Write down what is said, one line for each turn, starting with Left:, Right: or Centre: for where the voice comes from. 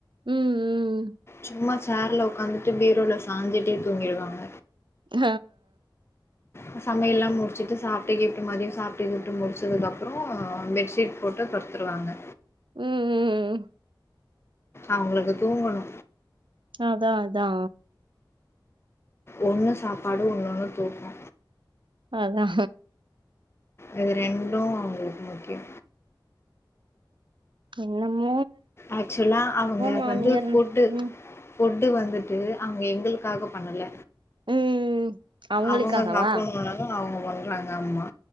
Right: ம் ம் ம்
Left: சும்மா சேர்ல உட்காந்துட்டு பீரோல சாஞ்சுட்டே தூங்கிடுவாங்க
Right: ஆ
Left: அ சமையெல்லா முடிச்சுட்டு சாப்ட்டு கீப்ட்டு மதியோ சாப்ட்டு கீப்ட்டு முடிச்சதுக்கு அப்றோ ஆ பெட்ஷீட் போட்டு படுத்துருவாங்க
Right: ம் ம் ம் ம்
Left: அவங்களுக்கு தூங்கணு
Right: அதா அதா
Left: ஒண்ணு சாப்பாடு இன்னொன்னு தூக்கோ
Right: அதா
Left: இது ரெண்டு அவங்களுக்கு முக்கியோ
Right: இன்னமே
Left: ஆக்சுவலா அவங்க
Right: மாமியார்.
Left: வந்து ஃபுட்டு
Right: ம்.
Left: ஃபுட்டு வந்துட்டு அவங்க எங்களுக்காக பண்ணல
Right: ம். அவங்களுக்காகவா?
Left: அவங்க சாப்பட்ணுனுதா அவங்க பண்றாங்க ஆமா